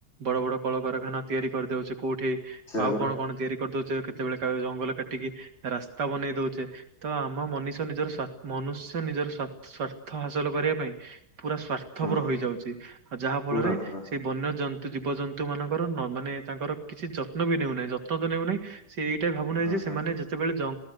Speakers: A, on the right; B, on the left.
A: ବଡ ବଡ କଳକାରଖାନା ତିଆରି କରିଦଉଛି କୋଉଠି।
B: ସେଇଆ
A: ଆଉ
B: ପରା
A: କଣ କଣ ତିଆରି କରିଦଉଚ। ଯେତେବେଳେ ଜଙ୍ଗଲ କାଟିକି ରାସ୍ତା ବନେଇ ଦଉଛେ ତ ଆମ ମଣିଷ ନିଜର ସାସ୍ଥ ମନୁଷ୍ୟ ନିଜର ସଵାର୍ଥ ହାସଲ କରିବା ପାଇଁ ପୁରା ସଵାର୍ଥ ସ୍ୱାର୍ଥପର
B: ହୁଁ।
A: ହୋଇଯାଉଛି ଆଉ ଯାହା ଫଳରେ
B: ପୁରା ପୁରା
A: ସେଇ ବନ୍ୟଜନ୍ତୁ ଜୀବଜନ୍ତୁ। ମାନଙ୍କର ମାନେ ତାଙ୍କର କିଛି ଯତ୍ନ ବି ନେଉନାହିଁ ଯତ୍ନ ତ ନେଉନାହିଁ ସେ ଏଇଟା ଭାବୁନାହିଁ
B: ହୁଁ
A: ଯେ
B: ହୁଁ
A: ସେମାନେ
B: ହୁଁ
A: ସେତେବେଳେ ଜ